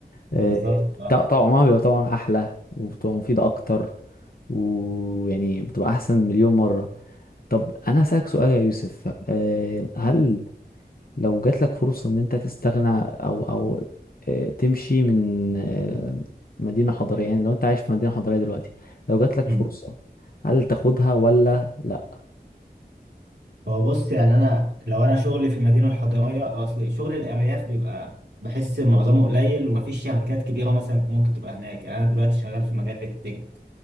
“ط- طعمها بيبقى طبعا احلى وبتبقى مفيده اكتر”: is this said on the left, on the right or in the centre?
Left